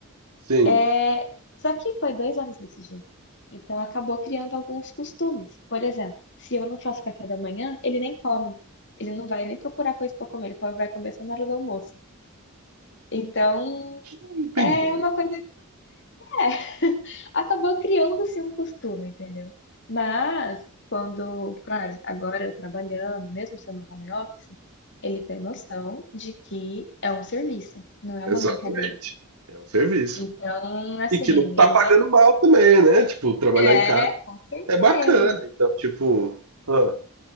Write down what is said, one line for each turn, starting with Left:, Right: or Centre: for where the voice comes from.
Right: Sim.
Left: É... Só que foi dois anos desse jeito. Então acabou criando alguns costumes. Por exemplo, se eu não faço café da manhã, ele nem come. Ele não vai nem procurar coisa para comer, ele vai comer só na hora do almoço. Então,
Right: Um Big
Left: é
Right: boy.
Left: uma coisa É, <laughs> acabou criando-se um costume, entendeu? Mas, quando, claro, agora eu trabalhando, mesmo sendo home office, ele tem noção de que é um serviço, não é
Right: Exatamente.
Left: uma brincadeira.
Right: É um serviço.
Left: Então, assim,
Right: E que não tá
Left: ele
Right: pagando
Left: me...
Right: mal também, né? Tipo, trabalhar
Left: É,
Right: em casa
Left: com certeza.
Right: é bacana. Então, tipo, ah,